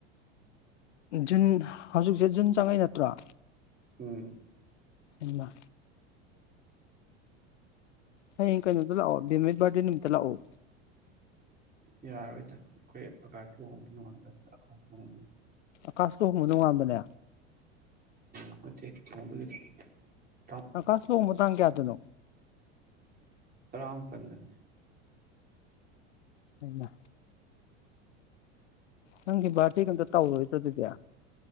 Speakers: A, on the left (about 80°); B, on the right (about 25°).
A: ꯖꯨꯟ ꯍꯧꯖꯤꯛꯁꯦ ꯖꯨꯟ ꯆꯪꯉꯛꯏ ꯅꯠꯇ꯭ꯔꯣ
B: ꯎꯝ
A: ꯏꯃ ꯍꯌꯦꯛ ꯀꯩꯅꯣꯗ ꯂꯥꯛꯑꯣ ꯕꯦꯃꯒꯤ ꯕꯥꯔꯗꯦ ꯅꯨꯃꯤꯠꯇ ꯂꯥꯛꯑꯣ
B: ꯌꯥꯔꯣꯏꯗ ꯑꯩꯈꯣꯏ ꯑꯀꯖ ꯂꯨꯍꯣꯛꯕꯩ ꯅꯣꯉꯟꯕꯅꯤ
A: ꯀꯥꯁꯇ ꯍꯕꯅꯅꯨꯡꯉꯕ
B: ꯎ ꯍꯗꯤ ꯃꯗꯒꯤꯦꯗ <unintelligible>
A: ꯑꯀꯥꯁ ꯂꯨꯍꯣꯡꯕ ꯇꯥꯡ ꯀꯌꯥꯗꯅꯣ
B: ꯇꯔꯥꯝꯄꯟꯗꯅꯦ
A: ꯍꯩꯃꯥ ꯅꯪꯒꯤ ꯕꯥꯔꯗꯦꯒ ꯑꯝꯇꯥ ꯇꯧꯔꯣꯏꯗ꯭ꯔ ꯑꯗꯨꯗꯤ